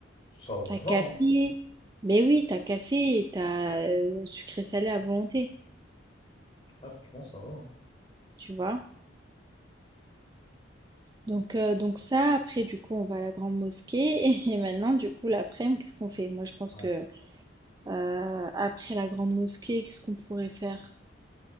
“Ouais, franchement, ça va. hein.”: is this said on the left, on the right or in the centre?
Left